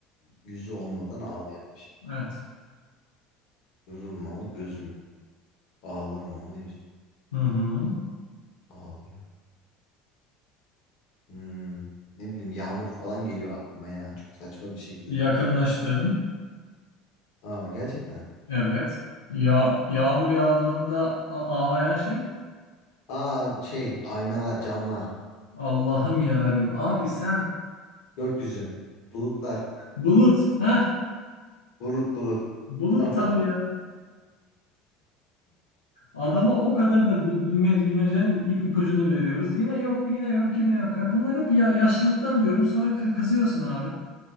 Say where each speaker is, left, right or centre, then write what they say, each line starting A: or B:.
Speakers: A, on the left; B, on the left.
A: Yüzü olmadan ağlayan bir şey.
B: Evet.
A: Görürüm ama gözüm yok. Ağlarım ama yüzüm
B: Hı hı.
A: ağlıyor. Hı. Ne bileyim yağmur falan geliyor aklıma ya. Çok saçma bir şekilde.
B: Yakınlaştın.
A: Aa gerçekten.
B: Evet. Ya yağmur yağdığında a- ağlayan şey?
A: Aa şey aynalar, camlar,
B: Allah'ım ya Rabbim. Abi sen
A: gökyüzü, bulutlar,
B: bulut. Heh.
A: bulut bulut.
B: Bulut
A: <laughs> Tamam.
B: tabii ya. Adama o kadar da bi- bilme, bilmecenin ip, ipucunu veriyoruz. Yine yok, yine yok, yine yok. Ha, Bunlar hep ya, yaşlılıktan diyorum. Sonra kı- kızıyorsun abi.